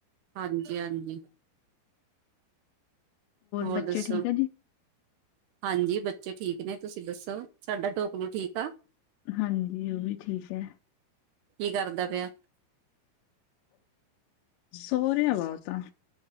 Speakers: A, on the right; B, on the left.
A: ਹਾਂਜੀ ਹਾਂਜੀ। ਹੋਰ
B: ਬੱਚੇ
A: ਦੱਸੋ?
B: ਠੀਕ ਆ ਜੀ?
A: ਹਾਂਜੀ, ਬੱਚੇ ਠੀਕ ਨੇ। ਤੁਸੀਂ ਦੱਸੋ, ਸਾਡਾ ਢੋਕਲੂ ਠੀਕ ਆ?
B: ਹਾਂਜੀ, ਓ ਵੀ ਠੀਕ ਐ।
A: ਕੀ ਕਰਦਾ ਪਿਆ?
B: ਸੋਰਿਆ ਵਾ ਓ ਤਾਂ।